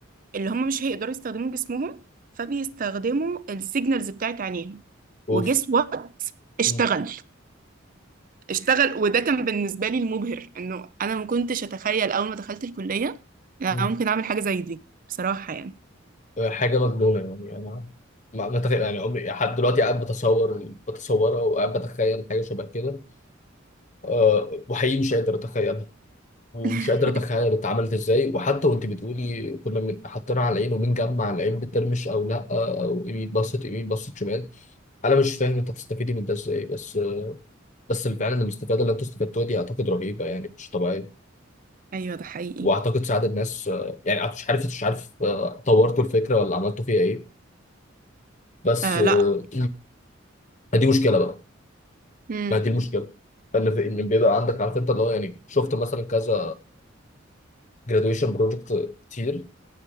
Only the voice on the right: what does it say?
اللي هم مش هيقدروا يستخدموا جسمهم فبيستخدموا السيجنالز بتاعت عينيهم
وجس وات اشتغل
اشتغل وده كان بالنسبة لي المبهر انه انا ما كنتش اتخيل اول ما دخلت الكلية إن انا
ممكن اعمل حاجة زي دي بصراحة يعني
<laughs>
ايوه ده حقيقي
آه
لا
مم.